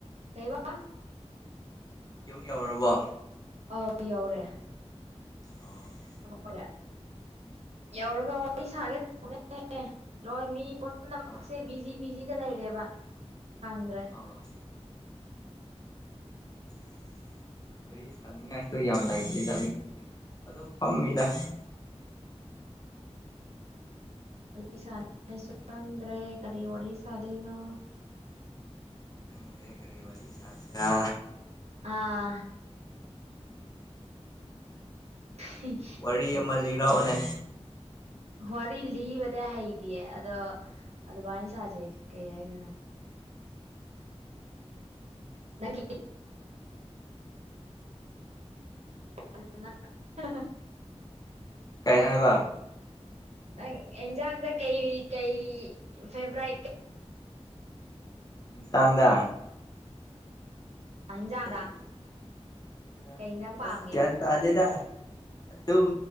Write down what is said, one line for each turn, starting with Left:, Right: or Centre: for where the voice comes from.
Right: ꯀꯩꯕ
Left: ꯌꯨꯝ ꯌꯧꯔꯕꯣ
Right: ꯑꯥꯎ ꯌꯥꯎꯔꯦ
Left: ꯑꯣ
Right: ꯍꯔꯦ <unintelligible> ꯌꯧꯔꯒ ꯋꯥꯔꯤ ꯁꯥꯒꯦ ꯇꯅꯦ ꯂꯣꯏ ꯃꯤ ꯄꯝꯅꯃꯛꯁꯦ
Left: ꯑꯥ
Right: ꯕꯤꯖꯤ ꯕꯤꯖꯤꯗ ꯂꯩꯔꯦꯕ ꯐꯪꯗ꯭ꯔꯦ
Left: ꯑꯥ <unintelligible> ꯌꯥꯝ ꯂꯩꯇꯦꯗ ꯃꯤ ꯑꯗꯨꯝ ꯐꯝꯃꯤꯗ
Right: ꯋꯥꯔꯤ ꯁꯥꯅꯥꯡꯉꯥꯢꯁꯨ ꯈꯪꯗ꯭ꯔꯦ ꯀꯔꯤ ꯋꯥꯔꯤ ꯁꯥꯗꯣꯏꯅꯣ
Left: ꯈꯪꯗ꯭ꯔꯦ ꯀꯔꯤ ꯋꯥꯔꯤ ꯁꯥꯁꯤꯔꯥ
Right: ꯑꯥ <unintelligible>
Left: ꯋꯥꯔꯤ ꯑꯃ ꯂꯤꯔꯛꯑꯣꯅꯦ
Right: ꯋꯥꯔꯤ ꯂꯤꯕꯗꯤ ꯍꯩꯇꯦ ꯑꯗꯣ ꯑꯗꯨꯃꯥꯏꯅ ꯁꯥꯥꯁꯦ ꯀꯩ ꯍꯥꯏꯗꯨꯢꯅꯣ ꯅꯪꯒꯤ <unintelligible>
Left: ꯀꯩ ꯍꯥꯏꯕ
Right: ꯅꯪ ꯑꯦꯟꯖꯥꯡꯗ ꯀꯩ ꯀꯩ ꯐꯦꯕꯥꯎꯔꯥꯠ
Left: ꯇꯥꯡꯗꯥ
Right: ꯍꯟꯖꯥꯡꯗꯥ
Left: ꯑꯩ ꯏꯟꯁꯥꯡꯁꯦ
Right: ꯀꯩ ꯏꯟꯖꯥꯡ ꯄꯥꯝꯒꯦ
Left: ꯑꯁ ꯒ꯭ꯌꯥꯟ ꯇꯥꯗꯦꯗ ꯑꯗꯨꯝ